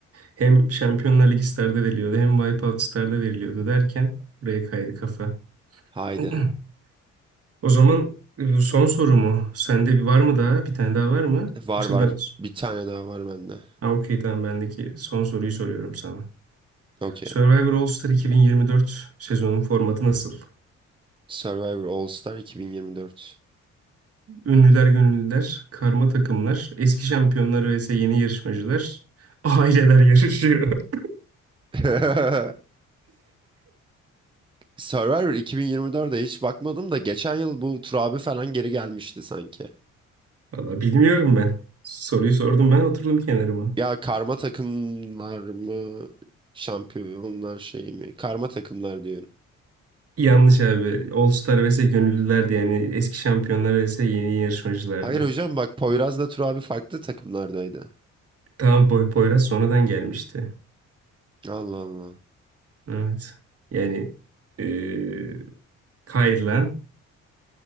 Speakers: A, on the right; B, on the right.
A: hem Şampiyonlar Ligi Star'da veriliyordu hem Wipeout Star'da veriliyordu derken buraya kaydı kafa.
B: Haydi.
A: <clears throat> O zaman e, son sorumu, Sende bir var mı daha? Bir tane daha var mı?
B: Var
A: Yoksa
B: var.
A: ben...
B: Bir tane daha var bende.
A: Ha okey tamam bendeki son soruyu soruyorum sana.
B: Okey.
A: Survivor All-Star 2024 sezonun formatı nasıl?
B: Survivor All Star 2024.
A: Ünlüler gönüllüler, karma takımlar, eski şampiyonlar vs yeni yarışmacılar, aileler yarışıyor. <laughs>
B: <laughs> Survivor 2024'e hiç bakmadım da geçen yıl bu Tur abi falan geri gelmişti sanki.
A: Valla bilmiyorum ben. Soruyu sordum ben oturdum kenarıma.
B: Ya karma takımlar mı? Şampiyonlar şey mi? Karma takımlar diyorum.
A: Yanlış abi. All Star vs gönüllülerdi yani eski şampiyonlar vs yeni yarışmacılardı.
B: Hayır hocam bak Poyraz'la Tur abi farklı takımlardaydı.
A: Tamam Boy Poyraz sonradan gelmişti.
B: Allah Allah.
A: Evet. Yani eee kayırılan